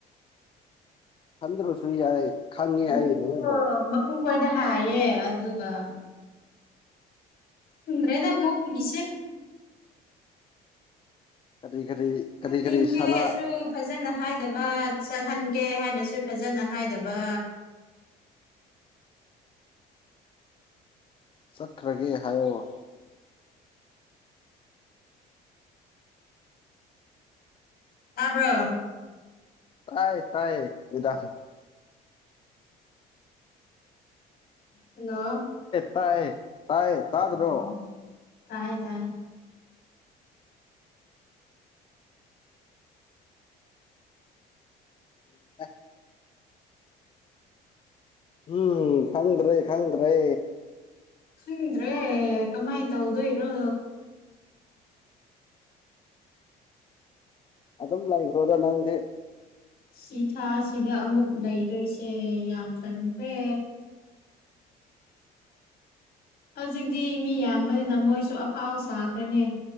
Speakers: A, on the left (about 30°); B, on the left (about 60°).
A: ꯊꯗ ꯔꯁꯨꯨꯏ ꯌꯥꯏ ꯈꯪꯉꯤ
B: ꯉꯁꯤꯁꯨ
A: ꯑꯩ ꯅꯣꯏꯕꯨ
B: ꯃꯄꯨꯡ ꯈꯣꯏꯅ ꯍꯥꯏꯌꯦ ꯑꯗꯨꯒ ꯗ꯭ꯔꯦꯗ ꯃꯣꯅꯤꯁꯦ
A: ꯀꯔꯤ ꯀꯔꯤ ꯀꯔꯤ ꯀꯔꯤ
B: ꯅꯤꯡꯗꯦꯁꯨ
A: ꯁꯅꯥ
B: ꯐꯖꯅ ꯍꯥꯏꯗꯕ ꯆꯠꯍꯟꯒꯦ ꯍꯥꯏꯅꯁꯨ ꯐꯖꯅ ꯍꯥꯏꯗꯕ
A: ꯆꯠꯈ꯭ꯔꯒꯦ ꯍꯥꯏꯌꯑꯣ
B: ꯇꯥꯕ꯭ꯔꯣ
A: ꯇꯥꯏ ꯇꯥꯏꯌꯦꯗꯥꯥꯁ
B: ꯍꯜꯂꯣ
A: ꯇꯌꯦ ꯇꯌꯦ ꯇꯥꯗꯅꯣ
B: ꯑꯣ ꯇꯥꯏ ꯇꯥꯏ
A: <unintelligible> ꯎꯝ ꯈꯪꯗ꯭ꯔꯦ ꯈꯪꯗ꯭ꯔꯦ
B: ꯍꯗ꯭ꯔꯦ ꯀꯃꯥꯏ ꯇ ꯍꯧꯗ ꯏꯔꯣ
A: ꯑꯗꯨꯝ ꯂ꯭ꯔꯣꯗ ꯂꯉꯗꯤ
B: ꯁꯤ ꯊꯥ ꯁꯤꯗ ꯑꯃꯨꯛ ꯂꯩꯗꯣꯏꯁꯦ ꯌꯥꯝ ꯇꯟꯈ꯭ꯔꯦ ꯍꯧꯖꯤꯛꯇꯤ ꯃꯤ ꯌꯥꯝꯕꯅꯤꯅ ꯃꯣꯏꯁꯨ ꯑꯐꯥꯎꯕ ꯁꯥꯈ꯭ꯔꯦꯅꯦ